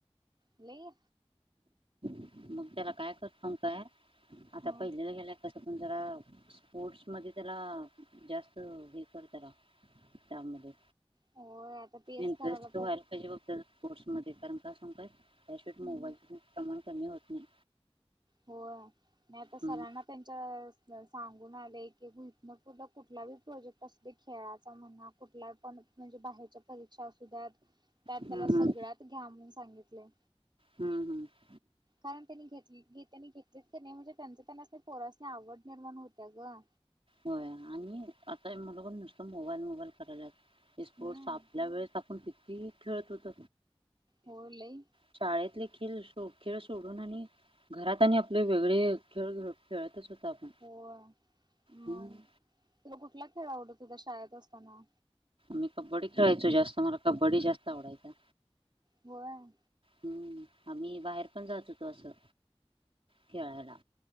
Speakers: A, on the right; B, on the right.
A: नाही.
B: मग त्याला काय करत सांगू काय आता?
A: हा
B: पहिलीला गेलाय, कसं? पण जरा स्पोर्ट्समध्ये त्याला जास्त हे कर त्याला. त्यामध्ये
A: होय आता तेच
B: इंटरेस्ट
A: करायला
B: व्हायला पाहिजे फक्त. स्पोर्ट्समध्ये कारण काय सांगू काय,
A: हम्म
B: मोबाईल प्रमाण कमी होत नाही.
A: हो, नाही आता सरांना.
B: हम्म
A: त्यांनी सांगून आलं की, इतन पुढे कुठलाही प्रोजेक्ट असू दे, खेळाचा म्हणा. कुठला पण म्हणजे बाहेरच्या परीक्षा असतात ना त्यात
B: हम्म
A: त्याला
B: हम्म
A: सगळ्यात घ्या म्हणून सांगितलं.
B: हम्म, हम्म.
A: कारण त्यांनी घेतलं, घेतलं की नाही? म्हणजे त्यांना पोराचं आवड निर्माण व्हावी ना.
B: हो, आणि आता मु नुसतं मोबाईल मोबाईल करायला हे स्पोर्टस
A: हम्म
B: आपल्या वेळेस. पण किती खेळत होत.
A: होर लई.
B: शाळेतले खिळ खेळ सोडून आणि घरात आणि आपले वेगळे खेळ खेळतच होतोच आपण.
A: हो, मग
B: हम्म.
A: तुला कुठला खेळ आवडत होता शाळेत असताना?
B: मी कबड्डी खेळायचो, जास्त मला कबड्डी जास्त आवडयचा.
A: होय.
B: हम्म, आम्ही बाहेर पण जात होतो असं खेळायला.